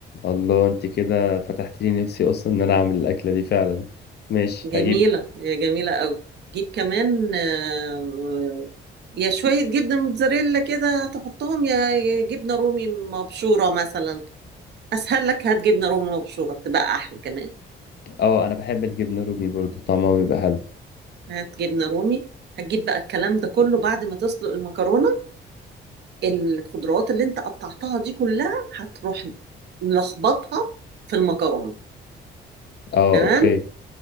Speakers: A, on the left; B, on the right.
A: الله انت كده فتحت لي نفسي اصلا ان انا اعمل الاكله دي فعلا ماشي
B: جميلة
A: هجيب
B: هي جميلة أوي جيب كمان آه، يا شوية جبنة موتزاريلا كده تحطهم يا يا جبنة رومي مبشورة مثلا أسهل لك هات جبنة رومي مبشورة تبقى أحلى كمان
A: اه انا بحب الجبنه الرومي برضو طعمها بيبقى حلو
B: هات جبنة رومي هتجيب بقى الكلام ده كله بعد ما تسلق المكرونة الخضروات اللي انت قطعتها دي كلها هتروح ملخبطها في المكرونة
A: اه
B: تمام
A: اوكي